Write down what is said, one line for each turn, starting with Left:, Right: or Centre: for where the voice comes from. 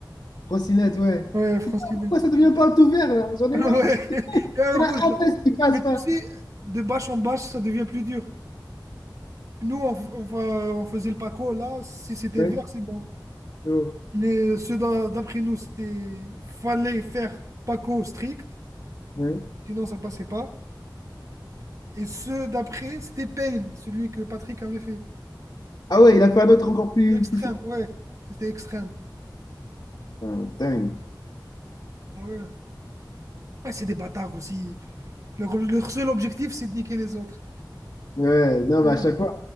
Left: Trottinette, ouais.
Right: Ouais, Francinette.
Left: Pourquoi ça devient pas tout vert, là? J'en
Right: <laughs>
Left: ai
Right: Ouais.
Left: marre. <laughs>
Right: Il y a un
Left: Il
Right: rouge,
Left: y en a un test qui passe
Right: Mais
Left: pas.
Right: tu sais, de bâche en bâche, ça devient plus dur. Nous, on, f- on fa- on faisait le Paco, là, si c'était
Left: Ouais,
Right: vert, c'est bon.
Left: c'est bon.
Right: Les, ceux d'a- d'après nous, c'était... Fallait faire Paco strict,
Left: Ouais.
Right: sinon ça passait pas. Et ceux d'après, c'était Payne, celui que Patrick avait fait.
Left: Ah ouais, il a fait un autre encore plus,
Right: L'extrême,
Left: plus chaud.
Right: ouais. C'était extrême.
Left: Putain, dingue.
Right: Ouais. Ouais, c'est des bâtards aussi. Leur, leur seul objectif, c'est de niquer les autres.
Left: Ouais, non,
Right: Ouais.
Left: mais à chaque fois.